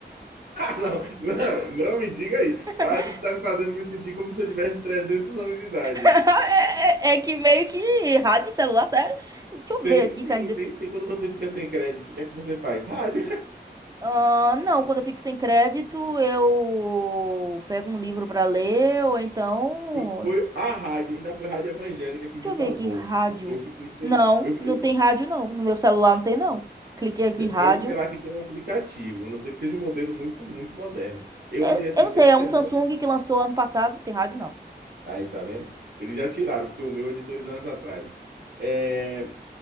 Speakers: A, on the right; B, on the right.
A: Não, não, não me diga aí.
B: <laughs>
A: Ah, tu está me fazendo me sentir como se eu tivesse 300 anos de idade.
B: <laughs> É, é que meio que rádio e celular, sério? Deixa eu
A: Tem
B: ver aqui
A: sim,
B: se ainda.
A: tem sim. Quando você fica sem crédito, o que é que você faz? Rádio.
B: Ah, não, quando eu fico sem crédito, eu pego um livro pra ler, ou então.
A: <laughs> Foi a rádio, ainda foi a rádio evangélica que me
B: Deixa
A: salvou,
B: eu ver aqui, rádio.
A: porque eu fiquei sem.
B: Não,
A: Eu,
B: não
A: eu,
B: tem rádio, não. No meu celular não tem, não. Cliquei aqui, rádio.
A: Pode esperar que tem um aplicativo, a não sei que seja um modelo muito, muito moderno. Eu
B: É,
A: olhei assim,
B: eu não sei,
A: tem uma
B: é
A: semana
B: um Samsung
A: que.
B: que lançou ano passado, não tem rádio, não.
A: Aí, tá vendo? Eles já tiraram, porque o meu é de dois anos atrás. É,